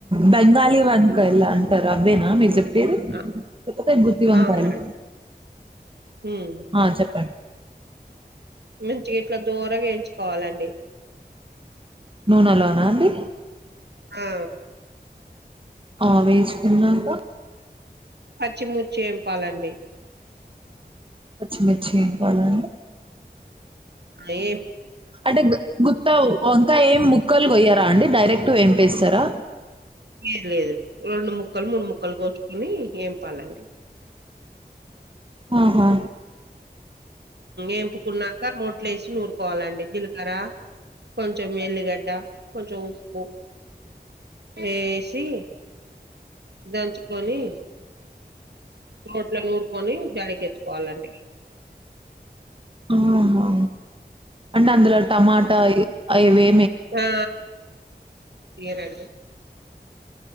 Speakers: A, on the right; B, on the right.
A: బెంగా అవ అంక ఇలా అంతారు అబ్బే నా మ మీ చెప్ పేరు
B: ఆ!
A: చెప్పతే బుద్ధవంకాలు
B: అవునండి హ్మ్.
A: ఆ చెప్పండి
B: మంచి ఇట్లా దూరంగాేయించుకోవాలండి
A: నూనెలోనా అండి
B: ఆ
A: ఆ వేచుకున్నాక
B: పచ్చిమూర్చి ఏంపాలండి
A: మచ్చిమిచ్చిాల
B: ఏ
A: అంటే గుత్త అంకా ఏం ముక్కలు గయారు అండి డైరెక్ట్ ఏం పస్తారా
B: లేదు లేదు రెండు ముక్కలు మూడు ముక్కలు కోస అని ఏం పాలండి
A: ఆహా
B: ఎంపుకున్నారు పలేసి నూరుకోవాలండి జీలకర కొంచం మల్లిగడ్డ కొంచెం ఉప్పు ఏసి దంచి కొని రోట్ల నూరుకొని జడికి ఎత్తుకోవాలండి
A: ఆ అంటే అందులో టమాటా అవిే
B: ఆ రండి